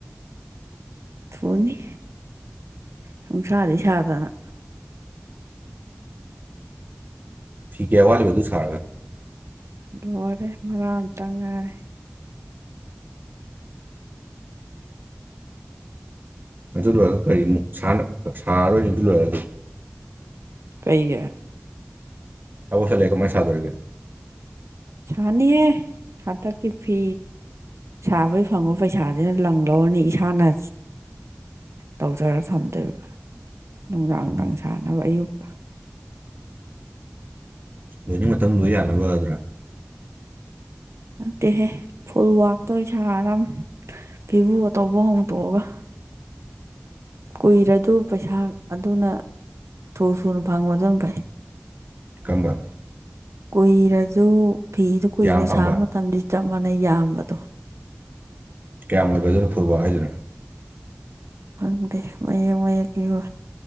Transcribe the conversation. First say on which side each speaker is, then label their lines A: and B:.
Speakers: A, on the right (about 80°); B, on the right (about 45°).
A: ꯊꯨꯅꯤ ꯁꯨꯡꯁꯥꯗꯤ ꯁꯥꯗꯅ
B: ꯐꯤ ꯀꯌꯥ ꯋꯥꯠꯂꯤꯕ ꯑꯗꯨ ꯁꯥꯔꯒ꯫
A: ꯂꯣꯏꯔꯦ ꯃꯔꯥꯛ ꯑꯝꯇꯪ ꯉꯥꯏꯔꯦ꯫
B: ꯑꯗꯨ ꯂꯣꯏꯔꯒ ꯀꯔꯤꯃꯨꯛ ꯁꯥꯔꯣꯏꯅꯦ ꯑꯗꯨ ꯂꯣꯏꯔꯒꯗꯤ
A: ꯀꯩꯒꯤ꯫
B: ꯊꯕꯛ ꯆꯠ ꯂꯩꯔ ꯀꯃꯥꯢ ꯁꯥꯗꯣꯔꯤꯒꯦ꯫
A: ꯁꯥꯅꯤꯍꯦ ꯍꯟꯗꯛꯀꯤ ꯐꯤ ꯁꯥꯕꯩ ꯐꯪꯕ ꯄꯩꯁꯥꯁꯤꯅ ꯂꯪ ꯂꯧꯔꯅꯤ ꯏꯁꯥꯅ ꯇꯧꯖꯔ ꯊꯝꯗꯣꯏꯕ ꯅꯨꯡꯗꯥꯡ
B: ꯎꯝ
A: ꯅꯨꯡꯗꯥꯡ ꯁꯥꯅꯕ ꯑꯌꯨꯛꯀ꯫
B: ꯂꯣꯏꯅꯤꯡ ꯃꯇꯝ ꯂꯣꯏ ꯌꯥꯅꯕ ꯑꯗꯨꯔꯥ꯫
A: ꯑꯗꯨꯠꯇꯦꯍꯦ ꯐꯨꯜ ꯋꯥꯛꯇꯣ ꯁꯥꯔ ꯐꯤꯕꯨ ꯑ ꯇꯧꯕ ꯍꯣꯡꯇꯣꯛꯑꯒ ꯀꯨꯏꯔꯗꯨ ꯄꯩꯁꯥ ꯑꯗꯨꯅ ꯊꯨ ꯁꯨꯅ ꯐꯪꯕꯗꯨꯅ ꯐꯩ꯫
B: ꯀꯝꯕ
A: ꯀꯨꯏꯔꯖꯨ ꯐꯤꯗꯨ ꯀꯨꯏꯅ
B: ꯌꯥꯝ ꯐꯪꯕ
A: ꯁꯥꯕ ꯃꯇꯝꯗ ꯆꯞ ꯃꯥꯟꯅꯩ ꯌꯥꯝꯕꯗꯣ꯫
B: ꯀꯌꯥꯝ ꯑꯣꯏꯕ ꯑꯗꯨꯅ ꯐꯨꯜꯋꯥꯛ ꯍꯥꯏꯗꯨꯅꯣ꯫
A: ꯈꯪꯗꯦ ꯃꯌꯦꯛ ꯃꯌꯦꯛ <unintelligible>